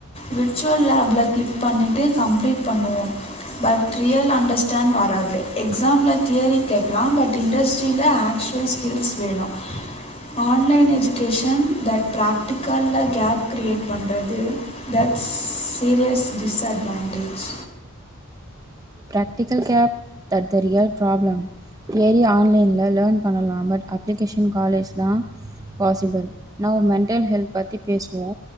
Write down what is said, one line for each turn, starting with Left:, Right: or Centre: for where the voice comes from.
Left: விர்ச்சுவல் லேபில கிளிக் பண்ணிட்டு கம்ப்ளீட் பண்ணுவோ பட் ரியல் அண்டர்ஸ்டாண்ட் வராது எக்ஸாமில தியரி கேட்கலா பட் இண்டஸ்ட்ரியில ஆக்சுவல் ஸ்கில்ஸ் வேணு ஆன்லைன் எஜு கேஷன் தட் ப்ராக்டிக்கல்ல கேப் கிரியேட் பண்ணுறது that's serious disadvantage
Right: practical gap the தறரியல் problem theory ஆன்லைன்ல லேர்ன் பண்ணலா பட் அப்ளிகேஷன் காலேஜ் தா பாசிபிள் நௌ மென்டல் ஹெல்த் பத்தி பேசுவோ